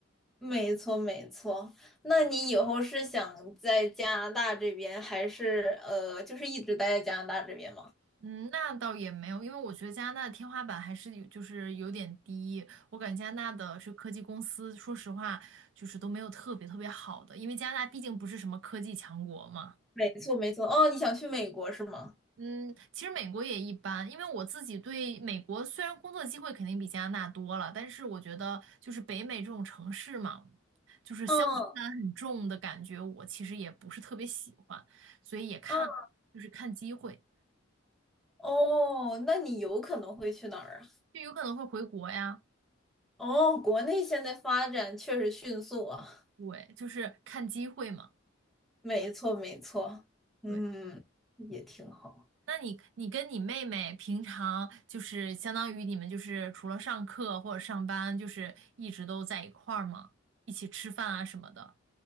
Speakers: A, in the centre; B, on the right (about 65°).
A: 没错没错。那你以后是想在加拿大这边，还是呃，就是一直待在加拿大这边吗？
B: 嗯，那倒也没有，因为我觉得加拿大的天花板还是有，就是有点低。我感觉加拿大的是科技公司，说实话，就是都没有特别特别好的，因为加拿大毕竟不是什么科技强国嘛。
A: 没错没错。哦，你想去美国是吗？
B: 嗯，其实美国也一般，因为我自己对美国虽然工作机会肯定比加拿大多了，但是我觉得就是北美这种城市嘛，就是乡村感很重的感觉，
A: 嗯
B: 我其实也不是特别喜欢，所以也看，
A: 嗯
B: 就是看机会，
A: 哦，那你有可能会去哪儿啊？
B: 就有可能会回国呀。
A: 哦，国内现在发展确实迅速啊。
B: 对，就是看机会嘛。
A: 没错，没错，嗯，
B: 对，
A: 也挺好。
B: 那你你跟你妹妹平常就是相当于你们就是除了上课或者上班，就是一直都在一块儿吗？一起吃饭啊什么的。